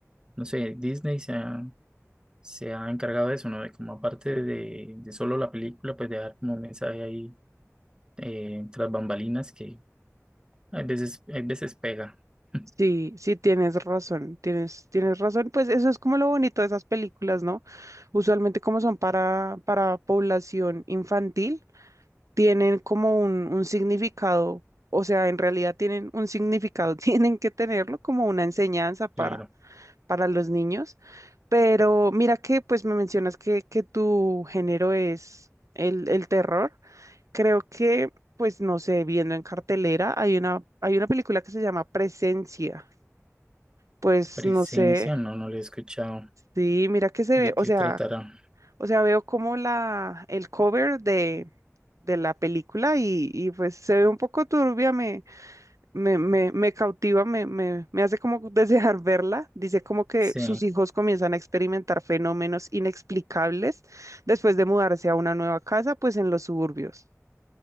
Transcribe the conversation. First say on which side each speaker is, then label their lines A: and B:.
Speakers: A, on the right; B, on the right.
A: no sé, Disney se ha, se ha encargado de eso, ¿no? De como aparte de, de solo la película, pues de dar como un mensaje ahí eh, tras bambalinas que Hay veces, hay veces pega. <laughs>
B: Sí, sí tienes razón, tienes, tienes razón. Pues eso es como lo bonito de esas películas, ¿no? Usualmente como son para, para población infantil, tienen como un, un significado, o sea, en realidad tienen un significado, <laughs> tienen que tenerlo como una enseñanza para,
A: Claro.
B: para los niños. Pero mira que pues me mencionas que, que tu género es el, el terror. Creo que, pues no sé, viendo en cartelera, hay una, hay una película que se llama Presencia. Pues
A: Presencia,
B: no sé,
A: no, no lo he escuchado.
B: sí, mira que se
A: ¿De
B: ve, o
A: qué
B: sea,
A: tratará?
B: o sea, veo como la, el cover de, de la película y, y pues se ve un poco turbia, me, me, me, me cautiva, me, me, me hace como <laughs> desear verla. Dice como que
A: Sí.
B: sus hijos comienzan a experimentar fenómenos inexplicables después de mudarse a una nueva casa, pues en los suburbios.